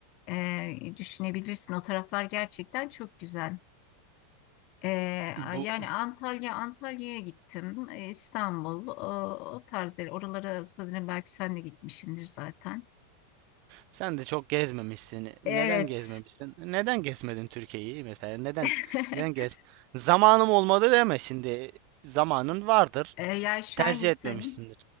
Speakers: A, on the left; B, on the right.
A: Ee, düşünebilirsin. O taraflar gerçekten çok güzel. Ee,
B: Bu
A: yani Antalya, Antalya'ya gittim. Ee, İstanbul, o, o tarz yer. Oralara sanırım belki sen de gitmişsindir zaten.
B: sen de çok gezmemişsin. Neden
A: Evet.
B: gezmemişsin? Neden gezmedin Türkiye'yi mesela? Neden
A: <laughs>
B: neden gez? Zamanım olmadı deme şimdi. Zamanın vardır.
A: Ee, yani şöyle
B: Tercih
A: söyleyeyim.
B: etmemişsindir.